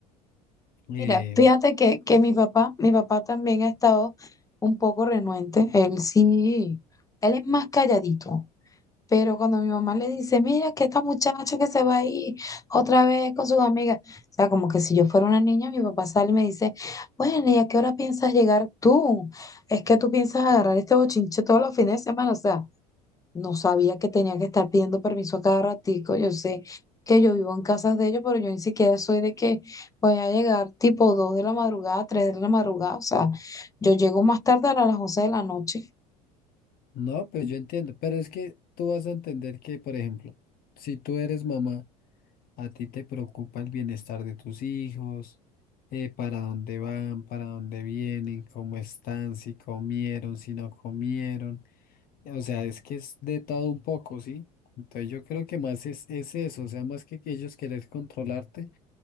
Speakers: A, on the left; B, on the left.
A: eh,
B: Mira, fíjate que, que mi papá, mi papá también ha estado un poco renuente. Él sí, él es más calladito, pero cuando mi mamá le dice, mira, que esta muchacha que se va a ir otra vez con sus amigas, o sea, como que si yo fuera una niña, mi papá sale y me dice, bueno, ¿y a qué hora piensas llegar tú? Es que tú piensas agarrar este bochinche todos los fines de semana, o sea. No sabía que tenía que estar pidiendo permiso a cada ratico. Yo sé que yo vivo en casas de ellos, pero yo ni siquiera soy de que voy a llegar tipo 2 de la madrugada, 3 de la madrugada. O sea, yo llego más tardar a las once de la noche.
A: No, pues yo entiendo, pero es que tú vas a entender que, por ejemplo, si tú eres mamá, a ti te preocupa el bienestar de tus hijos, eh, para dónde van, para dónde vienen, cómo están, si comieron, si no comieron. O sea, es que es de todo un poco, ¿sí? Entonces yo creo que más es, es eso, o sea, más que que ellos querer controlarte.